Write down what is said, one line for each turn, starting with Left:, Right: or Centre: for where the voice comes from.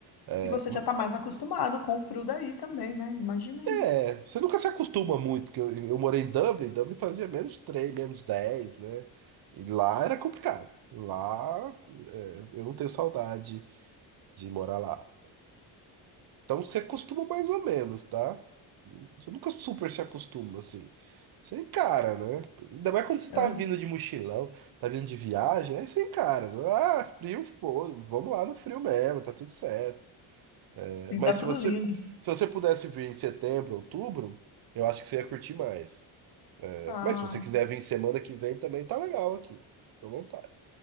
Right: É,
Left: E você já está mais acostumado com o frio daí também, né? Imaginei.
Right: é, você nunca se acostuma muito, porque eu, eu morei em Dublin, Dublin fazia menos 3 menos dez né? E lá era complicado. Lá, é, eu não tenho saudade de morar lá. Então você acostuma mais ou menos, tá? Você nunca super se acostuma, assim. Você encara, né? Ainda mais quando você tá
Left: É.
Right: vindo de mochilão, tá vindo de viagem, aí você encara. Ah, frio, foda, vamos lá no frio mesmo, tá tudo certo. É,
Left: Sim,
Right: Mas
Left: Tá tudo
Right: se você,
Left: lindo.
Right: se você pudesse vir em setembro, outubro, eu acho que você ia curtir mais. É,
Left: Ah,
Right: Mas se você quiser vir semana que vem também, tá legal aqui. Fica à vontade.